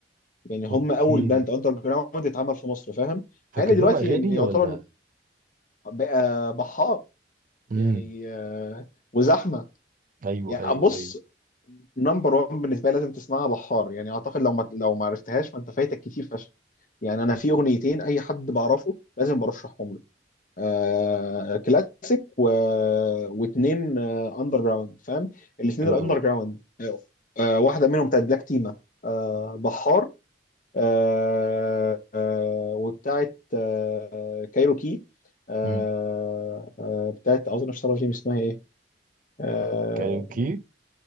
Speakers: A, on the left; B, on the right.
A: يعني هم
B: اوكي
A: اول باند اندر جراوند اتعمل في مصر فاهم
B: فاكر
A: مع ان
B: لهم
A: دلوقتي
B: اغاني
A: يعتبر
B: ولا
A: بقى بحار
B: امم
A: يعني آه، وزحمه
B: ايوه
A: يعني
B: ايوه
A: بص
B: ايوه
A: نمبر 1 بالنسبه لي لازم تسمعها بحار يعني اعتقد لو ما لو ما عرفتهاش فانت فايتك كتير فشخ يعني انا في اغنيتين اي حد بعرفه لازم برشحهم له آه كلاسيك و... واتنين آه اندر جراوند فاهم الاتنين
B: حلو
A: الاندر
B: قوي
A: جراوند آه آه، واحده منهم بتاعت بلاك تيما آه بحار آه، آه، وبتاعت آه، كايروكي آه،
B: مم.
A: آه، بتاعت اظن اشتغل جيم اسمها ايه اه
B: كاريوكي